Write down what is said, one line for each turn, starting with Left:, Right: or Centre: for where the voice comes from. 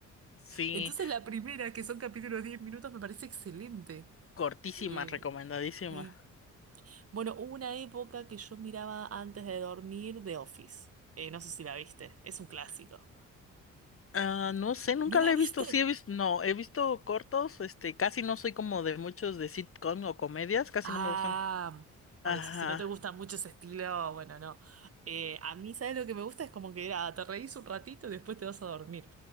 Left: Sí,
Right: Entonces la primera, que son capítulos de 10 minutos, me parece excelente.
Left: cortísima,
Right: Eh,
Left: recomendadísima.
Right: y bueno, hubo una época que yo miraba antes de dormir The Office. Eh, no sé si la viste, es un clásico.
Left: Ah, no sé, nunca
Right: ¿No la
Left: la he
Right: viste?
Left: visto. Sí he visto, no, he visto cortos, este, casi no soy como de muchos de sitcom o comedias, casi
Right: Ah,
Left: no me gustan.
Right: por
Left: Ajá.
Right: eso, si no te gusta mucho ese estilo, bueno, no. Eh, a mí, ¿sabes lo que me gusta? Es como que ah, te reís un ratito y después te vas a dormir.